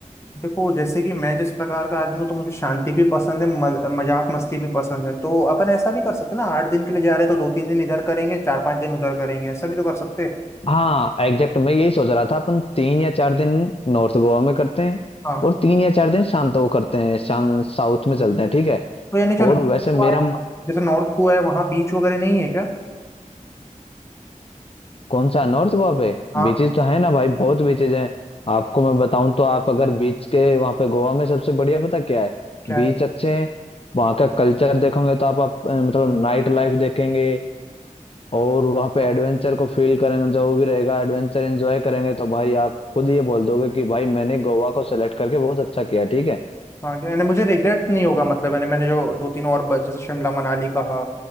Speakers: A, on the left; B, on the left.
A: देखो जैसे कि मैं जिस प्रकार का आदमी हूँ तो मुझे शांति भी पसंद है मज, मजाक मस्ती भी पसंद है तो अपन ऐसा भी कर सकते हैं ना आठ दिन के लिए जा रहे हैं तो दो तीन दिन इधर करेंगे चार पांच दिन उधर करेंगे ऐसा भी तो कर सकते हैं
B: हाँ एग्जैक्ट मैं यही सोच रहा था अपन तीन या चार दिन नॉर्थ गोवा में करते हैं
A: हाँ
B: और तीन या चार दिन शांत वो करते हैं शान साउथ में चलते हैं ठीक है
A: तो यानी जो नॉर्थ
B: और वैसे मेरा
A: गोवा है जैसे नॉर्थ गोवा है वहाँ बीच वगैरह नहीं है क्या
B: कौन सा नॉर्थ वहां पे
A: हाँ
B: बीचेस तो है ना भाई बहुत बीचेस हैं आपको मैं बताऊं तो आप अगर बीच के वहां पे गोवा में सबसे बढ़िया पता क्या है
A: क्या है
B: बीच अच्छे हैं वहां का कल्चर देखोगे तो आप, आप अ, मतलब नाइट लाइफ देखेंगे और वहां पे एडवेंचर को फील करेंगे जो भी रहेगा एडवेंचर एंजॉय करेंगे तो भाई आप खुद ये बोल दोगे कि भाई मैंने गोवा को सेलेक्ट करके बहुत अच्छा किया ठीक है
A: हाँ क्या यानी मुझे रिग्रेट नहीं होगा मतलब यानी मैंने जो दो तीन और ब- जैसे शिमला मनाली कहा